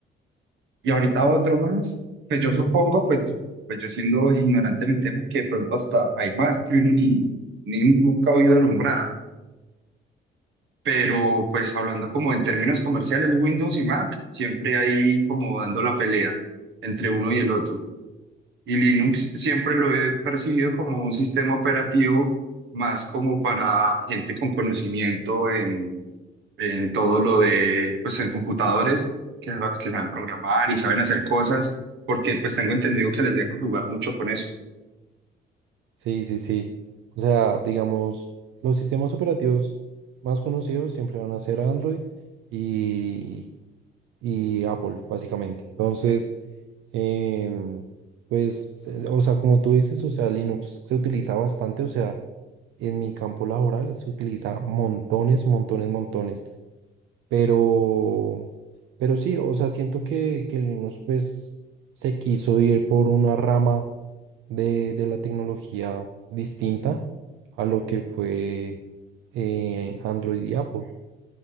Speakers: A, on the right (about 70°); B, on the right (about 80°).
A: Y ahorita otro más, pues yo supongo, pues, pues yo siendo ignorante en el tema, que de pronto hasta hay más que uno ni, ni nunca ha oído nombrar. Pero pues hablando como en términos comerciales, Windows y Mac siempre hay como dando la pelea entre uno y el otro. Y Linux siempre lo he percibido como un sistema operativo más como para gente con conocimiento en todo lo de, pues en computadores, que, sa- que saben programar y saben hacer cosas, porque pues tengo entendido que les dejan jugar mucho con eso.
B: Sí, sí, sí. O sea, digamos, los sistemas operativos más conocidos siempre van a ser Android y, y Apple, básicamente. Entonces, em, pues, eh, o sea, como tú dices, o sea, Linux se utiliza bastante, o sea, en mi campo laboral se utiliza montones, montones, montones. Pero, pero sí, o sea, siento que, que Linux, pues, se quiso ir por una rama de, de la tecnología distinta a lo que fue eh, Android y Apple.